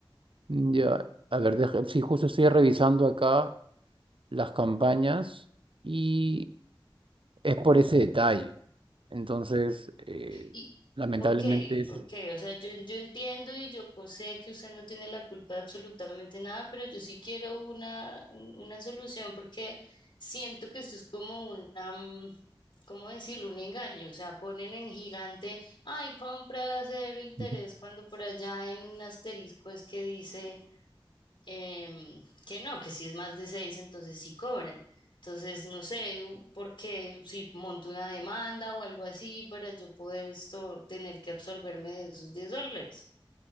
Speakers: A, on the right; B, on the left.
A: Mm, Ya, a ver, deja- sí, justo estoy revisando acá las campañas y es por ese detalle. Entonces, eh,
B: Y,
A: lamentablemente
B: ok,
A: es...
B: ok, o sea, yo, yo entiendo y yo co- sé que usted no tiene la culpa de absolutamente nada, pero yo sí quiero una, un- una solución porque siento que esto es como una, mm, ¿cómo decirlo? Un engaño, o sea, ponen en gigante, ay, compra a cero interés,
A: Ujú.
B: cuando por allá en un asterisco es que dice em, que no, que si es más de seis, entonces sí cobran. Entonces, no sé por qué, si monto una demanda o algo así para yo poder esto, tener que absolverme de esos 10 dólares.